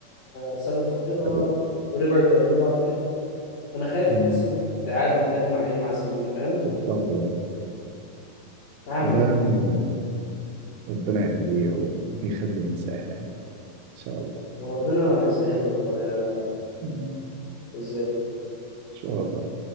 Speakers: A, on the left (about 60°); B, on the right (about 75°).
A: سابت خطيبها
B: لله
A: ورجعوا يكلموا بعض تاني انا خايف
B: أمم.
A: القصه دي تتعاد من تاني مع ايه مع سمير فاهم
B: يضطر يعني
A: يا عم
B: والله يا ابني ربنا يهديه ويخليه ينساها إن شاء الله
A: يا ربنا يسهل له والله يا
B: أمم.
A: ازاي
B: إن شاء الله